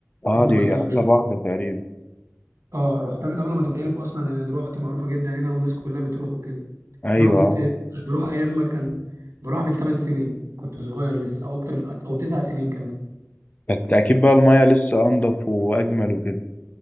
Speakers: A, on the left; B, on the right.
A: اه
B: احنا
A: دي
B: والعيله
A: احلى بحر تقريبا
B: اه رحتها من قبل ما تتعرف اصلا يعني دلوقتي معروفه جدا هنا والناس كلها بتروح وكده
A: ايوه
B: انا بقى كنت مش بروح ايام ما كان بروح من 8 سنين كنت صغير لسه او اكتر من او 9 سنين كمان
A: بس اكيد بقى المية لسه انضف واجمل وكده